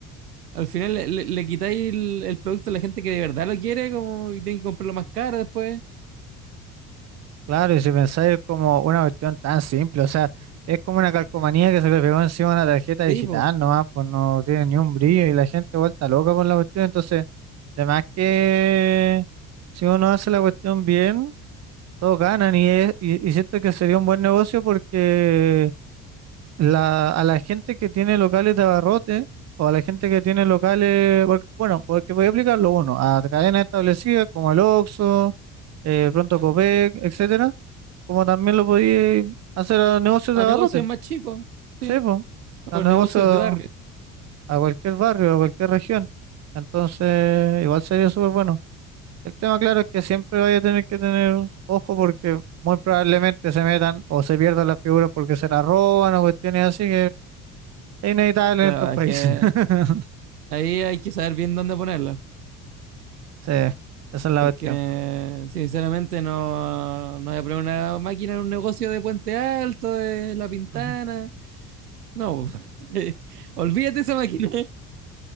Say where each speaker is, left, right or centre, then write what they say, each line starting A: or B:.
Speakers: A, on the right; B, on the right.
A: al final le, le- le quitáis el, el producto a la gente que de verdad lo quiere, como y tiene que comprarlo más caro después.
B: claro, y si pensáis es como una cuestión tan simple, o sea, es como una calcomanía que se le pegó encima a una tarjeta digital
A: Sí,
B: nomás, pues no tiene ni un brillo y la gente vuelta loca con la cuestión, entonces, además que si uno hace la cuestión bien, todos ganan y, es- y, y siento que sería un buen negocio porque... la, a la gente que tiene locales de abarrote o a la gente que tiene locales, porque- bueno, porque voy a aplicarlo uno, a cadenas establecidas como el Oxxo, eh, Pronto
A: pues.
B: Copec, etcétera, como también lo podía hacer a negocios
A: a
B: de abarrote,
A: negocios más chicos,
B: sí,
A: sí,
B: po,
A: o
B: a negocios
A: negocios de barrio.
B: a cualquier barrio, a cualquier región. Entonces, igual sería súper bueno. El tema, claro, es que siempre vaya a tener que tener ojo porque muy probablemente se metan o se pierdan las figuras porque se las roban o cuestiones así inevitable
A: La
B: en estos
A: verdad
B: países.
A: es que
B: <laughs>
A: ahí hay que saber bien dónde ponerla,
B: Sí, esa es la
A: porque
B: cuestión.
A: sinceramente no, no voy a poner una máquina en un negocio de Puente Alto, de La Pintana,
B: Ujú.
A: no, <laughs> olvídate esa máquina.